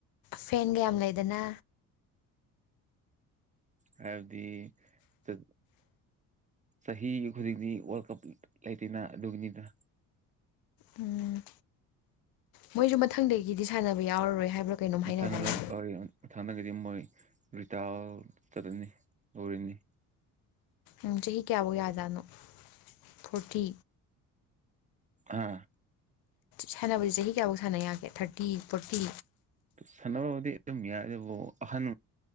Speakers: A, on the left; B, on the right.
A: ꯐꯦꯟ ꯀꯌꯥꯝ ꯂꯩꯗꯅ
B: ꯍꯥꯏꯕꯗꯤ ꯆ ꯆꯍꯤ ꯈꯨꯗꯤꯡꯅꯤ ꯋꯥꯔꯜ ꯀꯞ ꯂꯩꯇꯦꯅ ꯑꯗꯨꯅꯤꯗ
A: ꯎꯝ ꯃꯣꯏꯁꯨ ꯃꯊꯪꯗꯒꯤꯗꯤ ꯁꯥꯟꯅꯕ ꯌꯥꯎꯔꯔꯣꯏ ꯍꯥꯏꯕ꯭ꯔꯥ ꯀꯩꯅꯣꯝ
B: ꯃꯊꯪꯗꯣꯏ
A: ꯍꯥꯏꯅꯗꯥꯏꯅꯦ
B: ꯃꯊꯪꯗꯒꯤꯗꯤ ꯃꯣꯏ ꯔꯤꯇꯥꯔ ꯆꯠꯂꯅꯤ ꯂꯔꯤꯅꯤ꯫
A: ꯎ ꯆꯍꯤ ꯀꯌꯥꯐꯧ ꯌꯥꯖꯥꯠꯅꯣ ꯐꯣꯔꯇꯤ꯫
B: ꯑꯥ
A: ꯁꯥꯟꯅꯕꯁꯤ ꯆꯍꯤ ꯀꯌꯥꯐꯧ ꯁꯥꯟꯅ ꯌꯥꯒꯦ ꯊꯥꯔꯇꯤ ꯐꯣꯔꯇꯤ꯫
B: ꯁꯥꯟꯅꯕꯕꯨꯗꯤ ꯑꯗꯨꯝ ꯌꯥꯏ ꯑꯗꯨꯕꯨ ꯑꯍꯟ